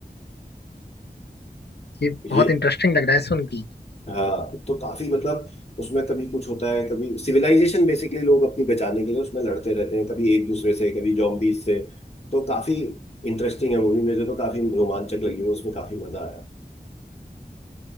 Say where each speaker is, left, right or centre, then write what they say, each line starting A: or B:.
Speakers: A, on the left; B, on the left.
A: ये बहुत
B: ये
A: इंटरेस्टिंग लग रहा है सुन के
B: हाँ तो काफी मतलब उसमें कभी कुछ होता है कभी सिविलाइजेशन बेसिकली लोग अपनी बचाने के लिए उसमें लड़ते रहते हैं कभी एक दूसरे से कभी जॉम्बीज से तो काफी इंटरेस्टिंग है मूवी मुझे तो काफी रोमांचक लगी वो उसमें काफी मजा आया